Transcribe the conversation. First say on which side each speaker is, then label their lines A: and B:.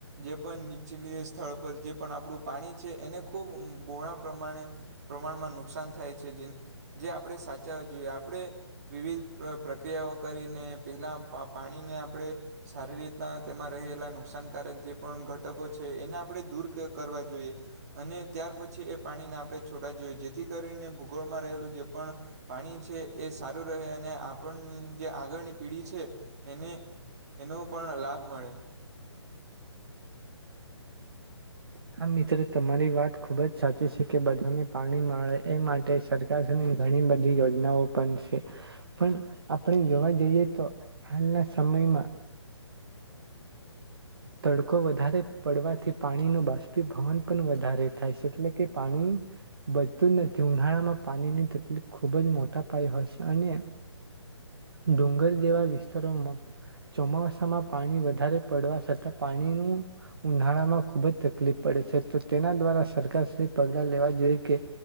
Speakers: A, on the right; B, on the right.
A: જે પણ નીચલી સ્થળ પર જે પણ આપણું પાણી છે એને ખૂબ બહોળા પ્રમાણે પ્રમાણમાં નુકસાન થાય છે જે જે આપણે સાચવવા જોઈએ આપણે વિવિધ પ્રક્રિયાઓ કરીને પહેલાં પા પાણીને આપણે સારી રીતના તેમાં રહેલા નુકસાનકારક જે પણ ઘટકો છે એને આપણે દૂર કરવા જોઈએ અને ત્યાર પછી એ પાણીને આપણે છોડ જોઈએ જેથી કરીને ભૂગોળમાં રહેલું જે પણ પાણી છે એ સારું રહે અને આપણની જે આગળની પીઢી છે એને એનો પણ લાભ મળે.
B: હા મિત્રો તમારી વાત ખુબ જ સાચી છે કે બધાને પાણી મળે એ માટે સરકાર ઘણી બધી યોજનાઓ પણ છે પણ આપણે જોવા જઈએ તો હાલના સમયમાં તડકો વધારે પડવાથી પાણીનું બાષ્પીભવન પણ વધારે થાય છે એટલે કે પાણી બચતું નથી ઉનાળામાં પાણીની તકલીફ ખુબ જ મોટા પાય હોય છે અને ડુંગર જેવા વિસ્તારોમાં ચોમાસામાં પાણી વધારે પડવા છતાં પાણીનું ઉનાળામાં ખુબ જ તકલીફ પડે છે તો તેના દ્વારા સરકાર પગલા લેવા જોઈએ કે